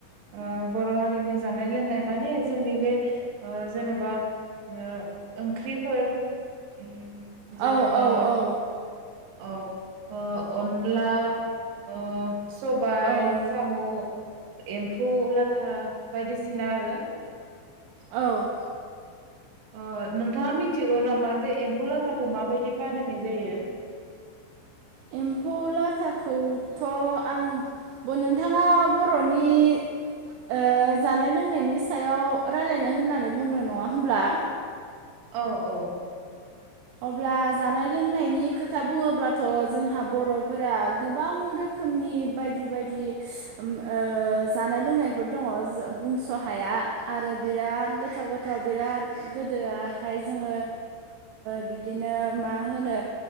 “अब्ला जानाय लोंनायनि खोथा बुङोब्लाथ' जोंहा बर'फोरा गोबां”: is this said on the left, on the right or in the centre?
Right